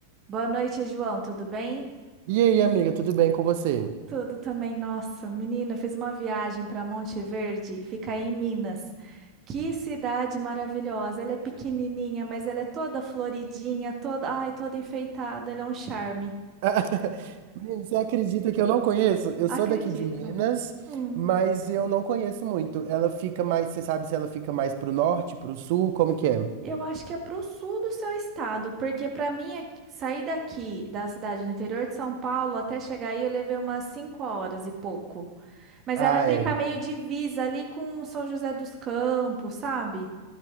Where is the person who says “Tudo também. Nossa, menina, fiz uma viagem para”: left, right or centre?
Right